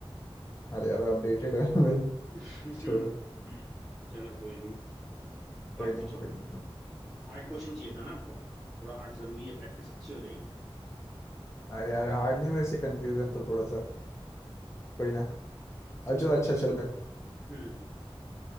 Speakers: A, on the left; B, in the centre.
A: अरे यार अपडेटेड है भाई
B: <laughs>
A: छोड़ो
B: चलो कोई नहीं
A: कोई
B: हाँ
A: नहीं
B: पूछो
A: कोई नहीं
B: हार्ड क्वेश्चन चाहिए था ना आपको थोड़ा हार्ड जरूरी है प्रैक्टिस अच्छी हो जाएगी
A: अरे यार हार्ड नहीं वैसे कंफ्यूजन था थोड़ा सा कोई ना
B: चलो
A: अच्छा अच्छा
B: ठीक
A: चलो
B: है
A: मैं
B: हम्म